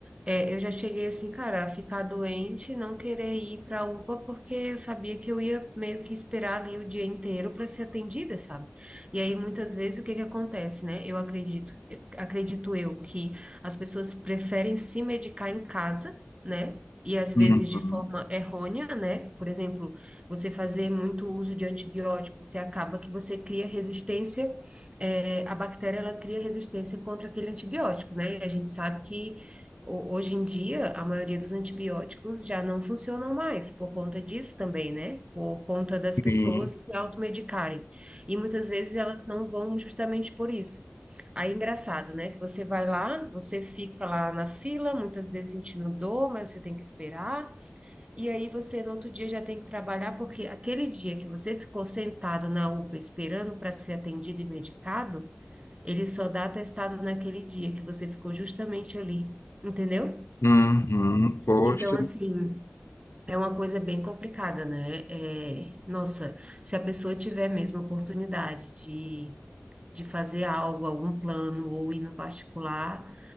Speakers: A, on the right; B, on the left.
A: É, eu já cheguei assim, cara, a ficar doente, não querer ir para a UPA, porque eu sabia que eu ia meio que esperar ali o dia inteiro para ser atendida, sabe, e aí muitas vezes o que que acontece, né, eu acredito, acredito eu que as pessoas preferem se medicar em casa, né, E às vezes
B: Uhum,
A: de forma errônea, né? Por exemplo, você fazer muito uso de antibiótico, você acaba que você cria resistência, eh, a bactéria ela cria resistência contra aquele antibiótico, né? E a gente sabe que ho- hoje em dia a maioria dos antibióticos já não funcionam mais por conta disso também, né? Por conta das pessoas
B: sim,
A: se automedicarem. E muitas vezes elas não vão justamente por isso. Aí, é engraçado, né? Que você vai lá, você fica lá na fila, muitas vezes sentindo dor, mas você tem que esperar. E aí você no outro dia já tem que trabalhar, porque aquele dia que você ficou sentado na UPA esperando para ser atendido e medicado, ele só dá atestado naquele dia que você ficou justamente ali, entendeu?
B: uhum, poxa,
A: Então, assim, é uma coisa bem complicada, né? É, nossa, se a pessoa tiver mesmo a oportunidade de, de fazer algo, algum plano ou ir no particular,